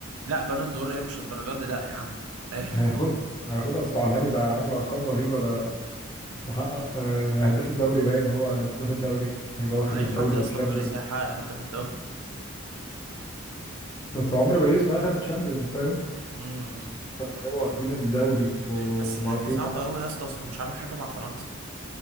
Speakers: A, on the right (about 85°); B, on the left (about 20°).
A: لا بالون دور ايه مش الدرجات دي لا يا عم <laughs>
B: <laughs> هياخدها هياخدها اصل عالمي ده عامل ارقام رهيبه ده محقق آه، هداف الدوري باين هو هداف الدوري هيبقى
A: طب
B: واخد
A: ما اي
B: الدوري
A: حد يا
B: والشامبيون
A: اسطى في باريس هيحقق هداف الدوري
B: بس عمر باريس ما اخد الشامبيونز فاهم
A: <laughs> امم
B: فهيبقوا واخدين الدوري وما
A: بس يعني
B: في
A: صعبه
B: واحد
A: قوي يا اسطى اصله مش عامل حاجه مع فرنسا